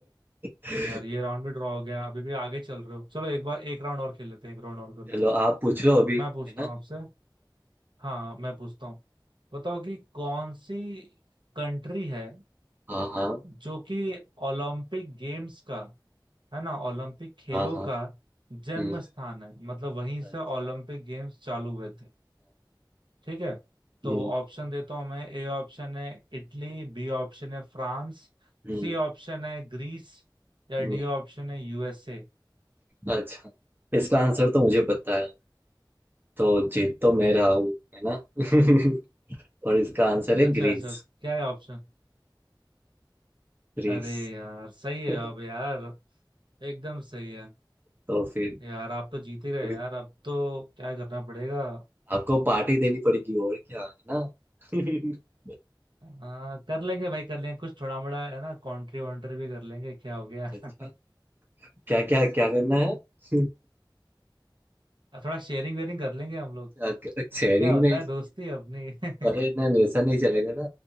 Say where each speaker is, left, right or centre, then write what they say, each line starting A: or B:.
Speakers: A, on the right; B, on the right.
A: <laughs>
B: यार ये राउंड भी ड्रॉ हो गया अभी भी आगे चल रहे हो चलो एक बार एक राउंड और खेल लेते हैं एक राउंड और कर
A: चलो
B: लेते हैं
A: आप पूछ लो अभी
B: मैं पूछता
A: है ना
B: हूँ आपसे हाँ मैं पूछता हूँ बताओ कि कौन सी कंट्री है
A: हाँ हाँ
B: जो कि ओलंपिक गेम्स का है ना ओलंपिक खेलों
A: हाँ हाँ
B: का जन्म
A: हम्म,
B: स्थान है मतलब वहीं
A: अच्छा
B: से ओलंपिक गेम्स चालू हुए थे ठीक है तो
A: हम्म
B: ऑप्शन देता हूं मैं ए ऑप्शन है इटली बी ऑप्शन है फ्रांस
A: हम्म
B: सी ऑप्शन है ग्रीस या
A: हम्म,
B: डी ऑप्शन है यूएसए
A: अच्छा इसका आंसर तो मुझे पता है तो जीत तो मैं रहा हूँ है ना <laughs> और इसका आंसर है
B: अच्छा
A: ग्रीस
B: अच्छा क्या है ऑप्शन
A: ग्रीस
B: अरे यार सही है
A: <laughs>
B: अब यार एकदम सही है
A: तो फिर
B: यार आप तो जीते गए
A: अभी
B: यार अब तो क्या करना पड़ेगा
A: आपको पार्टी देनी पड़ेगी और क्या है ना <laughs>
B: हाँ कर लेंगे भाई कर लेंगे कुछ थोड़ा मोड़ा है ना कॉन्ट्री वॉन्ट्री भी कर लेंगे क्या हो गया
A: अच्छा
B: <laughs>
A: क्या क्या क्या करना है <laughs>
B: थोड़ा शेयरिंग वेयरिंग कर लेंगे हम लोग
A: अच्छा शेयरिंग
B: क्या होता
A: में इस-
B: है दोस्ती है अपनी
A: अरे
B: <laughs>
A: नहीं ऐसा नहीं चलेगा ना